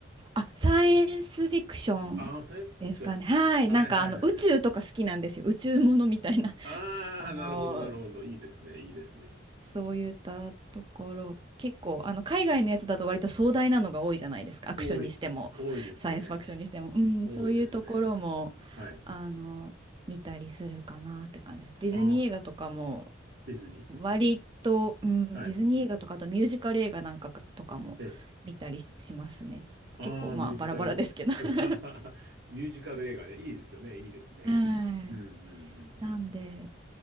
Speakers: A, on the right (about 25°); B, on the right (about 60°).
A: あ、サイエンスフィクションですかね。
B: ああ、サイエンスフィクション。
A: はい。
B: はいはいはいはい。
A: なんかあの、宇宙とか好きなんですよ。宇宙ものみたいな。<laughs>
B: ああ、
A: あの
B: なるほどなるほど。いいですね、いいですね。
A: そういったところ、結構、あの、海外のやつだと割と壮大なのが多いじゃないですか。アクションにしても、
B: 多い、多いですね。
A: サイエンスファクションにしても。うん、
B: 多いですね。
A: そういうところも、
B: はい。
A: あの、見たりするかなって感じです。ディズニー映画とかも、
B: ああ、ディズニ
A: 割と、うん、
B: ーはい。
A: ディズニー映画とか、あとミュージカル映画なんかかとかも見たりしますね。
B: えああ、
A: 結構、まあ、
B: ミュージカル、
A: バラバラですけど。
B: あ
A: <laughs>
B: <laughs> ミュージカル映画ね。いいですよね。いいですね。
A: はい。<laughs>
B: うん、うん、うん、うん。
A: なんで、